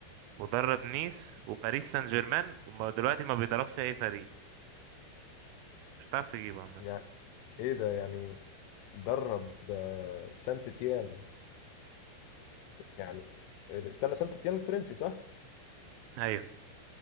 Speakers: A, on the right (about 85°); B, on the left (about 80°).
A: ودرب نيس وباريس سان جيرمان ودلوقتي ما بيدربش اي فريق مش هتعرف تجيبه عامة
B: يعني ايه ده يعني درب آه، سانت تيان يعني استنى سانت تيان الفرنسي صح
A: ايوه